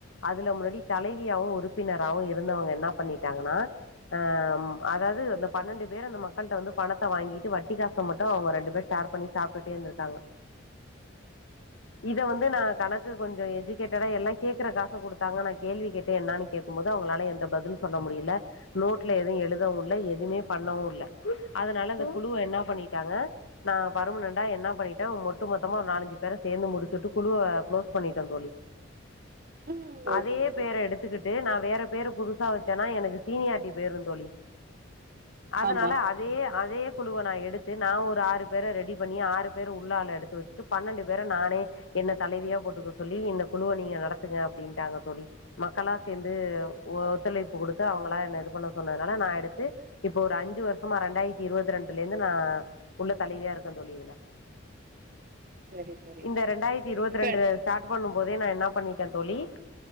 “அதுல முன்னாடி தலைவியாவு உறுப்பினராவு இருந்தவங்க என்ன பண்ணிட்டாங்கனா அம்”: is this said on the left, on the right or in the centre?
Left